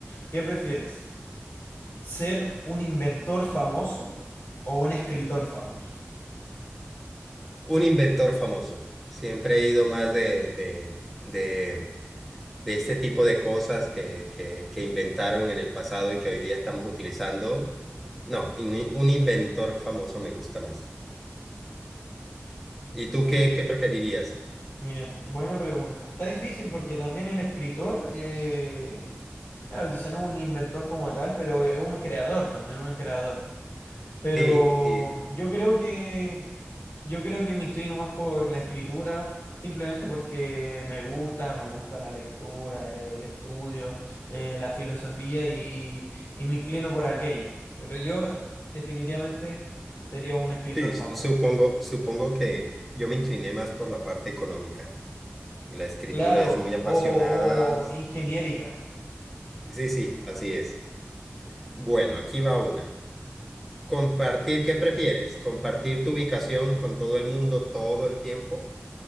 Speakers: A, on the left (about 60°); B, in the centre.
A: ¿Qué prefieres? ¿Ser un inventor famoso o un escritor famoso?
B: Un inventor famoso. Siempre he ido más de, de, de, de este tipo de cosas que, que, que inventaron en el pasado y que hoy día estamos utilizando. No, in- un inventor famoso me gusta más.
A: Mm.
B: ¿Y tú
A: Sí,
B: qué, qué preferirías?
A: mira, buena pregunta. Está difícil porque también el escritor, eh, claro, quizá no un inventor como tal, pero es un creador también, un creador. Pero
B: Sí, y-
A: yo creo que yo creo que me inclino más por la escritura, simplemente porque me gusta, me gusta la lectura, el estudio, eh, la filosofía y, y, y me inclino por aquello. Pero yo definitivamente sería un escritor
B: sí, su-
A: famoso.
B: supongo, supongo que yo me incliné más por la parte económica. La escritura
A: Claro,
B: es muy apasionada.
A: o, o ingeniérica.
B: Sí, sí, así es. Bueno, aquí va una. Compartir, ¿qué prefieres? ¿Compartir tu ubicación con todo el mundo todo el tiempo?